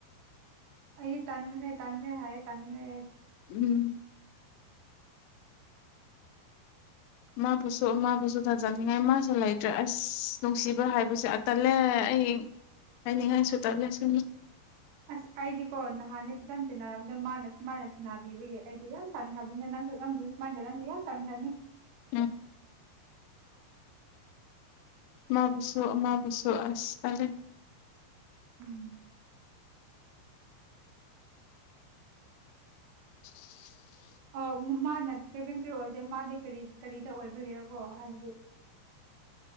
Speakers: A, on the right; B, on the left.
A: ꯗꯤ ꯇꯟꯈ꯭ꯔꯦ ꯇꯟꯈ꯭ꯔꯦ ꯍꯥꯏꯌꯦ ꯇꯟꯈ꯭ꯔꯦ
B: ꯎꯝ ꯃꯥꯕꯨꯁꯨ ꯃꯥꯕꯨꯁꯨ ꯇꯥꯖꯅꯤꯡꯉꯥꯏ ꯃꯥꯁꯨ ꯂꯩꯇ꯭ꯔꯦ ꯑꯁ ꯅꯨꯡꯁꯤꯕ ꯍꯥꯏꯕꯁꯦ ꯑꯇꯜꯂꯦ ꯑꯩ ꯍꯥꯏꯅꯤꯡꯉꯥꯏꯁꯨ ꯇꯠꯂꯦ ꯁꯤ
A: ꯑꯁ ꯑꯩꯗꯤꯀꯣ ꯅꯥꯟ ꯅꯦꯞ ꯇꯇꯦꯅ ꯃꯥꯅ ꯁꯨꯃꯥꯏꯅ ꯁꯅꯥꯕꯤꯕꯒꯤ ꯑꯩꯗꯤ ꯌꯥꯝ ꯇꯥꯡꯅꯊꯕꯅꯤꯅ ꯅꯪꯁꯨ ꯅꯪꯕꯁꯨ ꯁꯨꯃꯥꯏꯅꯗ ꯅꯪꯁꯨ ꯌꯥꯝ ꯇꯥꯡꯊꯅꯤ
B: ꯎꯝ ꯃꯕꯨꯁꯨꯕꯨꯁꯨꯨ ꯑꯁ ꯑ
A: ꯎꯝ
B: <inaudible>
A: ꯑ ꯃꯥꯅ ꯀꯦꯕꯦꯟ ꯀꯔꯤ ꯑꯣꯏꯕꯗ ꯃꯥꯗꯤ ꯀꯔꯤ ꯀꯔꯤꯗ ꯑꯣꯏꯕꯒꯤꯦꯔꯀꯣ ꯍꯥꯏꯕꯗꯤ